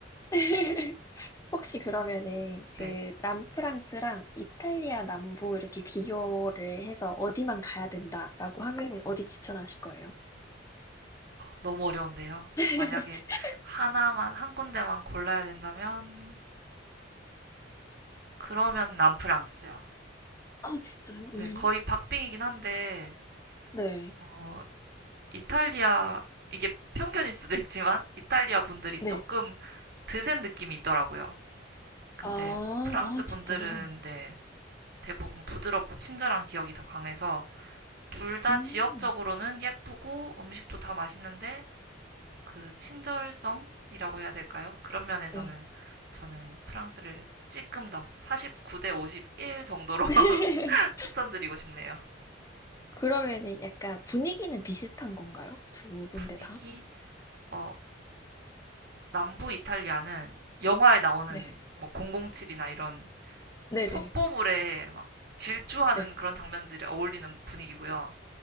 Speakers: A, on the left; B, on the right.
A: <laughs> 혹시 그러면은
B: 네,
A: 그 남프랑스랑 이탈리아 남부 이렇게 비교를 해서 어디만 가야 된다라고 하면은 어디 추천하실 거예요?
B: 너무 어려운데요.
A: <laughs>
B: 만약에 하나만, 한 군데만 골라야 된다면, 그러면 남프랑스요.
A: 아, 진짜요?
B: 네,
A: 왜요?
B: 거의 박빙이긴 한데,
A: 네,
B: 어, 이탈리아, 이게 편견일 수도 있지만, 이탈리아 분들이
A: 네,
B: 조금 드센 느낌이 있더라고요. 근데
A: 아,
B: 프랑스
A: 아,
B: 분들은,
A: 진짜요?
B: 네, 대부분 부드럽고 친절한 기억이 더 강해서, 둘 다
A: 음,
B: 지역적으로는 예쁘고 음식도 다 맛있는데, 그 친절성이라고 해야 될까요? 그런 면에서는
A: 네.
B: 저는 프랑스를 조금 더 49대 51 정도로 <laughs>
A: <laughs>
B: 추천드리고 싶네요.
A: 그러면은 약간 분위기는 비슷한 건가요? 두 군데
B: 분위기,
A: 다?
B: 어, 남부 이탈리아는 영화에 나오는
A: 네,
B: 뭐 007이나 이런
A: 네네,
B: 첩보물에 막 질주하는
A: 네.
B: 그런 장면들이 어울리는 분위기고요.